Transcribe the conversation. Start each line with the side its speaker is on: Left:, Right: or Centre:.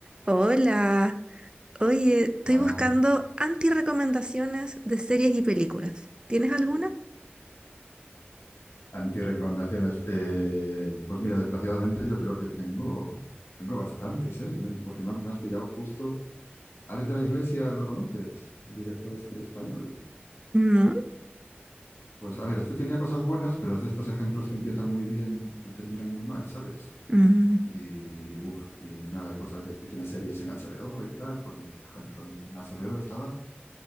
Right: Hola, oye, estoy
Left: Para
Right: buscando anti-recomendaciones de series y películas. ¿Tienes alguna?
Left: antirecomendaciones. Eh, pues mira, desgraciadamente yo creo que tengo, tengo bastantes, ¿eh? Yo- Porque me, has me has pillado justo. Alex de la Iglesia, ¿lo conoces? El director este español.
Right: No.
Left: Pues a ver, este tenía cosas buenas, pero es de estos ejemplos que empiezan muy bien y terminan muy mal, ¿sabes?
Right: Mm.
Left: Y, buf, y nada, pues a veces, y tiene series en HBO y tal, pues mira, por ejemplo, en HBO estaba